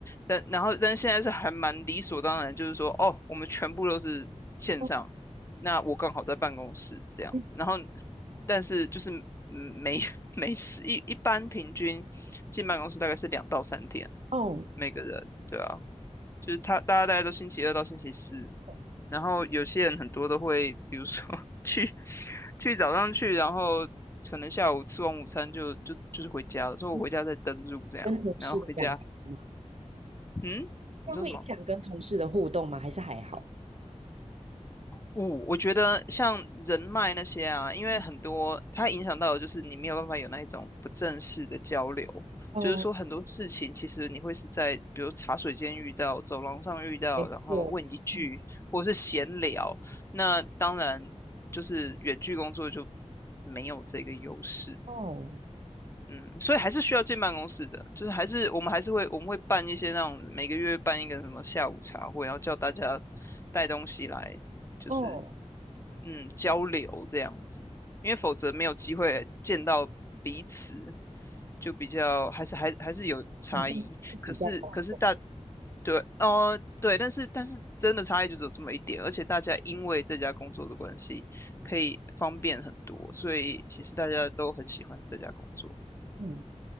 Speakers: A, on the left; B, on the right.
A: 但然后但是现在是还蛮理所当然，就是说哦我们全部都是线上，
B: 哦
A: 那我刚好在办公室这样子，
B: 嗯
A: 然后但是就是嗯没 <laughs> 没事一一般平均。进办公室大概是两到三天，
B: 哦，
A: 每个人，对啊，就是他大家大概都星期二到星期四，
B: 哦
A: 然后有些人很多都会，比如说 <laughs> 去去早上去，然后可能下午吃完午餐就就就是回家了，所以我回家再登入这样，
B: 嗯跟同事的感情吗？
A: 然后回家，嗯，你说什么？
B: 这样会影响跟同事的互动吗？还是还好？
A: 我我觉得像人脉那些啊，因为很多它影响到的就是你没有办法有那一种不正式的交流，
B: 嗯哦，
A: 就是说很多事情其实你会是在比如茶水间遇到、走廊上遇到，
B: 没错。
A: 然后问一句或是闲聊，
B: 嗯
A: 那当然就是远距工作就没有这个优势。
B: 哦
A: 嗯，所以还是需要进办公室的，就是还是我们还是会我们会办一些那种每个月办一个什么下午茶会，然后叫大家带东西来，就是
B: 哦，
A: 嗯交流这样子，因为否则没有机会见到彼此，就比较还是还还是有差异。
B: 好像是自己在工作
A: 可是可是大对哦对，但是但是真的差异就只有这么一点，而且大家因为这家工作的关系，可以方便很多，所以其实大家都很喜欢这家工作。
B: 嗯，